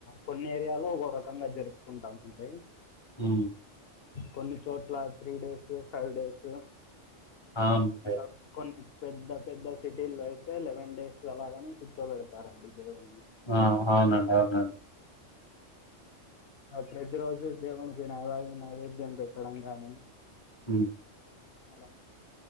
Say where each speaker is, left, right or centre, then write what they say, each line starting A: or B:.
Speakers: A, on the left; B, on the left.
A: కొన్ని ఏరియాల్లో ఒక రకంగా జరుపుకుంటామండి.
B: హ్మ్
A: కొన్నిచోట్ల త్రీ డేస్, ఫైవ్ డేస్
B: అవునండి
A: ఇగ కొన్నీ పెద్ద పెద్ద సిటీల్లో అయితే లెవెన్ డేస్ అలాగాని కూర్చోబెడతారండి. దేవున్ని
B: ఆ అవునండి అవునండి
A: ప్రతి రోజు దేవునికి నైవద్యం నైవేద్యం పెట్టడం కాని
B: హ్మ్
A: హలో